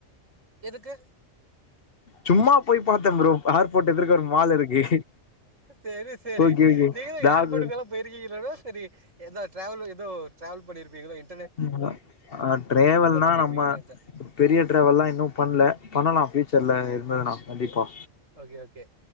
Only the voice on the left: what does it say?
சும்மா போய் பாத்தே ப்ரோ ஏர்போர்ட் எதிர்க்க ஒரு மால் இருக்கு
ஓகே ஓகே
நாகூர்
<unintelligible> ட்ரேவல்னா
நம்ம
பெரிய ட்ரேவல்லா இன்னு பண்ல பண்ணலா பியூச்சர்ல எது வேனா கண்டிப்பா